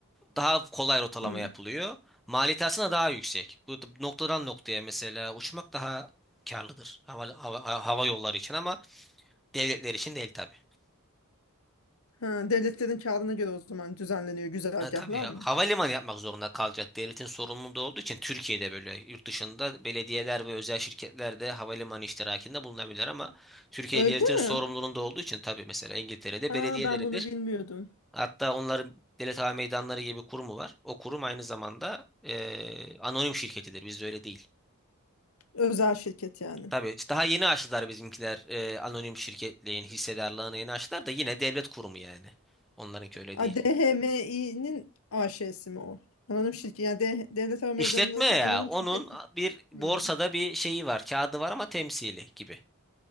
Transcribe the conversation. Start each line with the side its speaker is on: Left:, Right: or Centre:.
Centre: Daha kolay rotalama
Left: Hmm.
Centre: yapılıyor. Maliyeti aslında daha yüksek. Bu noktadan noktaya mesela uçmak daha karlıdır hava, hava, hava yolları için ama Devletler için değil tabii.
Left: Ha, devletlerin kârına göre o zaman düzenleniyor güzergahlar
Centre: Ha, tabii ya.
Left: mı?
Centre: Havalimanı yapmak zorunda kalacak. Devletin sorumluluğu olduğu için Türkiye'de böyle yurt dışında belediyeler ve özel şirketler de havalimanı iştirakinde bulunabilir ama Türkiye
Left: Öyle
Centre: devletin
Left: mi?
Centre: sorumluluğunda olduğu için tabii mesela İngiltere'de
Left: Aa,
Centre: belediyeleridir.
Left: ben bunu bilmiyordum.
Centre: Hatta onların devlet hava meydanları gibi kurumu var. O kurum aynı zamanda eee, anonim şirketidir. Bizde öyle değil.
Left: Özel şirket yani.
Centre: Tabii işte daha yeni açtılar bizimkiler eee, anonim şirketliğin hissedarlığını yeni açtılar da yine devlet kurumu yani. Onlarınki öyle
Left: A,
Centre: değil.
Left: DHMİ'nin AŞ'si mi o? Anonim şirket. Yani D- Devlet Hava Meydanı'nın
Centre: İşletme ya.
Left: anonim
Centre: Onun
Left: şirketi.
Centre: bir borsada
Left: Hmm.
Centre: bir şeyi var. Kağıdı var ama temsili gibi.